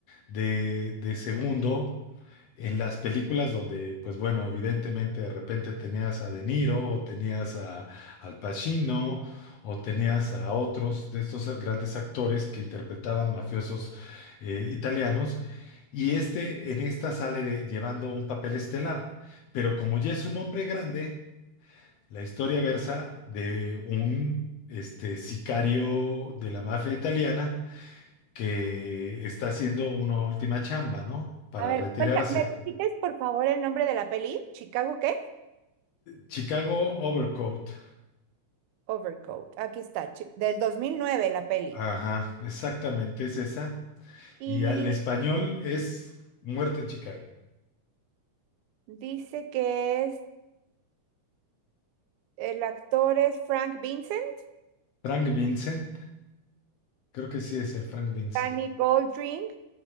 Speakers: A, on the left (about 75°); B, on the right (about 85°).
A: de, de segundo. en las películas donde, pues bueno, evidentemente de repente tenías a De Niro o tenías a Al Pacino o tenías a otros de estos grandes actores que interpretaban mafiosos eh, italianos y este en esta sale de- llevando un papel estelar, pero como ya es un hombre grande, la historia versa de un este sicario de la mafia italiana que está haciendo una última chamba, ¿no? Para
B: A ver,
A: retirarse.
B: cuenta, ¿me repites por favor el nombre de la peli? ¿Chicago qué?
A: Chicago Overcoat.
B: Overcoat. Aquí está, chi- del 2009 la peli.
A: Ajá, exactamente, es esa.
B: Y
A: Y al español es Muerte en Chicago.
B: dice que es El actor es Frank Vincent,
A: Frank Vincent, creo que sí es el Frank Vincent.
B: Danny Goldring,